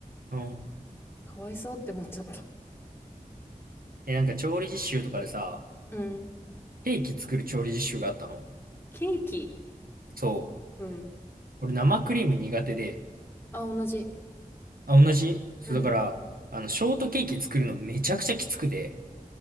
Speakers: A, on the right; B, on the left.
A: うん。
B: かわいそうって思っちゃった。
A: え、なんか調理実習とかでさ、
B: うん。
A: ケーキ作る調理実習があったの。
B: ケーキ。
A: そう。
B: うん。
A: 俺生クリーム苦手で。
B: あ、同じ。
A: あ、同じそう、
B: うん。
A: だから、あの、ショートケーキ作るのめちゃくちゃきつくて。